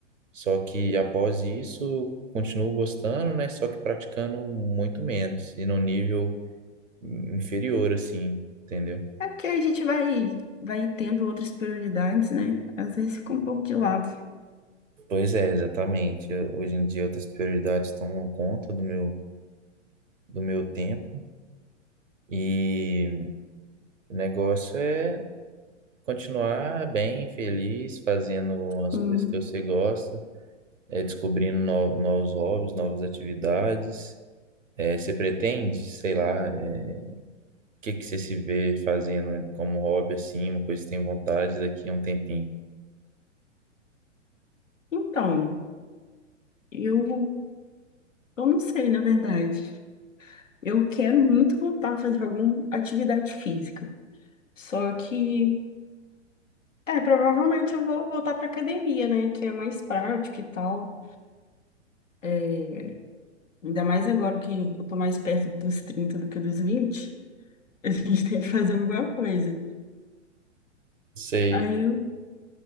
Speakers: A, on the right; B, on the left.
A: Só que após isso eu continuo gostando, né? Só que praticando muito menos e num nível inferior assim, entendeu?
B: É porque a gente vai, vai tendo outras prioridades, né? Às vezes fica um pouco de lado.
A: Pois é, exatamente. Eu- Hoje em dia outras prioridades tomam conta do meu do meu tempo. E o negócio é continuar bem, feliz, fazendo as
B: Hum,
A: coisas que você gosta, é, descobrindo no- novos hobbies, novas atividades. É, você pretende, sei lá, é, o que que você se vê fazendo como hobby, assim, uma coisa que tem vontade daqui a um tempinho?
B: Então, eu, eu não sei, na verdade. Eu quero muito voltar a fazer alguma atividade física. Só que É, provavelmente eu vou voltar pra academia, né? Que é mais prático e tal. É, ainda mais agora que eu tô mais perto dos 30 do que dos 20. a gente <laughs> tem que fazer alguma coisa.
A: Sei,
B: Aí eu,